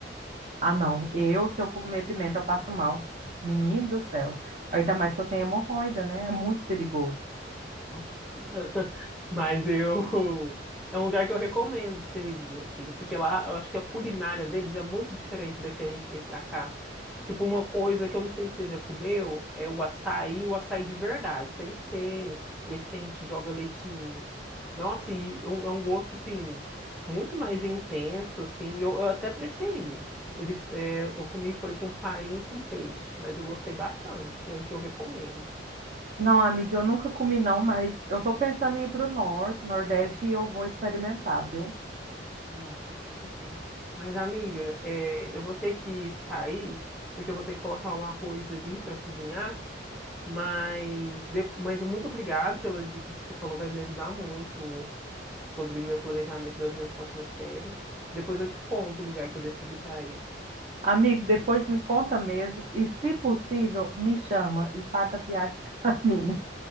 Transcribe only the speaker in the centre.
Não. <laughs> Mas eu. É um lugar que eu recomendo você ir, assim, porque lá eu acho que a culinária deles é muito diferente da que a gente tem pra cá. Tipo, uma coisa que eu não sei se você já comeu é o açaí, o açaí de verdade, sem ser esse que a gente joga leite ninho. Nossa, e é um é um gosto, assim, muito mais intenso, assim, eu, eu até preferi. Eles, é, eu comi foi com farinha e com peixe, mas eu gostei bastante, é um que eu recomendo.
Não, experimenta sim. Mas, amiga, é, eu vou ter que sair, porque eu vou ter que colocar o arroz ali para cozinhar. Mas, de- mas muito obrigado pelas dicas que você falou, vai me ajudar muito sobre o meu planejamento das minhas próximas férias. Depois eu te conto o lugar que eu decidi para ir.